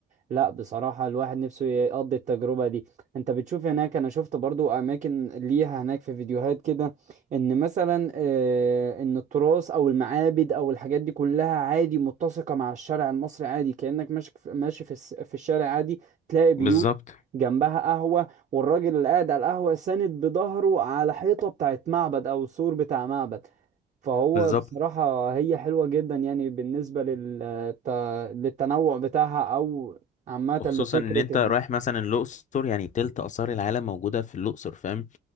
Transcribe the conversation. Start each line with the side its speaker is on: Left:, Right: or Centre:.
Right: لا بصراحة الواحد نفسه يقضي التجربة دي انت بتشوف هناك انا شفت برضو اماكن ليها هناك في فيديوهات كده ان مثلا آه، ان التراث او المعابد او الحاجات دي كلها عادي متسقة مع الشارع المصري عادي كأنك ماشي في ماشي في الس- في الشارع عادي تلاقي بيوت
Left: بالظبط
Right: جنبها قهوة والراجل اللي قاعد على القهوة ساند بظهره على حيطة بتاعت معبد أو سور بتاع معبد فهو
Left: بالظبط
Right: بصراحة هي حلوة جدا يعني بالنسبة لل... الت- للتنوع بتاعها أو عامة
Left: وخصوصا
Right: لفكرة
Left: ان انت
Right: ال...
Left: رايح مثلا الاقصر يعني تلت اثار العالم موجوده في الاقصر فاهم